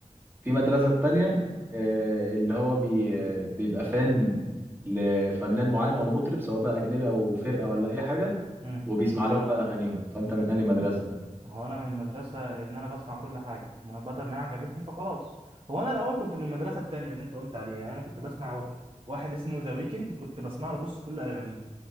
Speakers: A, on the right; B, on the right.
A: في مدرسة تانية آه، اللي هو بي آه، بيبقى فان لفنان معين أو مطرب سواء بقى أجنبي أو فرقة ولا أي حاجة
B: امم
A: وبيسمع لهم بقى أغانيهم فأنت من أنهي مدرسة؟
B: هو انا من المدرسه ان انا بسمع كل حاجه ما بدل ما هي عجبتني فخلاص هو انا الاول كنت من المدرسه التانية اللي انت قلت عليها يعني انا كنت بسمع و- واحد اسمه ذا ويكند كنت بسمع له بص كل اغانيه